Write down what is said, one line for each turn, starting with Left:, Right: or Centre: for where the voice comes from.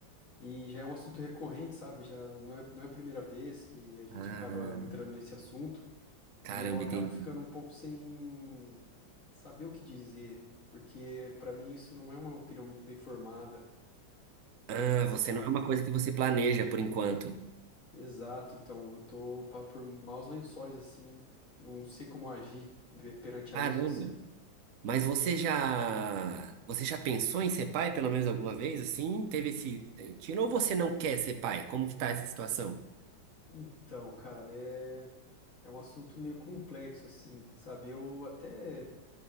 Left: E já é um assunto recorrente, sabe? Já não é, não é a primeira vez que a gente
Right: Ah,
Left: acaba entrando nesse assunto.
Right: caramba,
Left: E eu acabo
Right: entendi.
Left: ficando um pouco sem saber o que dizer, porque pra mim isso não é uma opinião muito bem formada.
Right: Ah,
Left: Nossa,
Right: você
Left: cara.
Right: não é uma coisa que você planeja por enquanto.
Left: Exato, então eu tô pa- por maus lençóis, assim. Não sei como agir pe- perante
Right: Caramba.
Left: a isso, assim.
Right: Mas você já, você já pensou em ser pai pelo menos alguma vez? Assim, teve esse eh, tiro ou você não quer ser pai? Como que tá essa situação?
Left: Então, cara, é, é um assunto meio complexo, assim, sabe? Eu até.